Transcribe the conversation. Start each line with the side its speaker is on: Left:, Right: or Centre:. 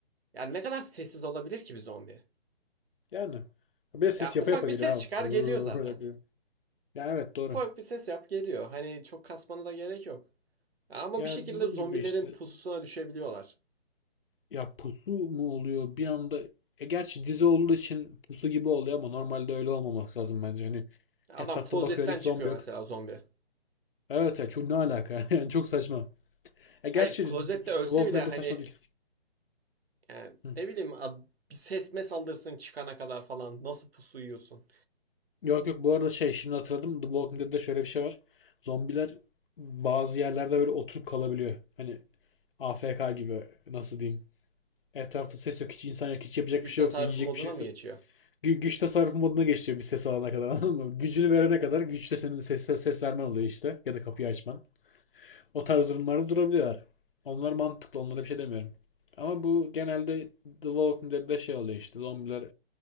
Right: ya ne kadar sessiz olabilir ki bir zombi?
Left: Yani. Bir de ses
Right: Ya
Left: yapa
Right: ufak
Left: yapa
Right: bir
Left: geliyor
Right: ses
Left: abi.
Right: çıkar geliyor zaten.
Left: <laughs> Yapıyor. Ya evet doğru.
Right: Ufak bir ses yap geliyor. Hani çok kasmana da gerek yok. Ya Ama
Left: Ya
Right: bir şekilde
Left: dediğim
Right: zombilerin
Left: gibi işte
Right: pususuna düşebiliyorlar.
Left: Ya pusu mu oluyor bir anda? E gerçi dizi olduğu için pusu gibi oluyor ama normalde öyle olmaması lazım bence. Hani
Right: Adam
Left: etrafta
Right: klozetten
Left: bakıyor hiç
Right: çıkıyor
Left: zombi yok.
Right: mesela zombi.
Left: Evet ya çok ne alaka? <laughs> Yani çok saçma. E gerçi
Right: Hayır klozette
Left: The
Right: ölse
Left: Walking
Right: bile
Left: Dead
Right: hani
Left: de saçma değil.
Right: yani
Left: Hı.
Right: ne bileyim bir sesme saldırsın çıkana kadar falan nasıl pusu yiyorsun?
Left: Yok yok bu arada şey şimdi hatırladım. The Walking Dead'de şöyle bir şey var. Zombiler bazı yerlerde böyle oturup kalabiliyor. Hani AFK gibi nasıl diyeyim. Etrafta ses yok hiç insan yok hiç yapacak
Right: Güç
Left: bir şey
Right: tasarrufu
Left: yoksa yiyecek
Right: moduna
Left: bir şey yoksa
Right: mı geçiyor?
Left: Gü- güç tasarrufu moduna geçiyor bir ses alana kadar <laughs> anladın mı? Gücünü verene kadar güçte senin ses, ses, ses vermen oluyor işte. Ya da kapıyı açman. O tarz durumlarda durabiliyorlar. Onlar mantıklı. Onlara bir şey demiyorum. Ama bu genelde The Walking Dead'de şey oluyor işte. Zombiler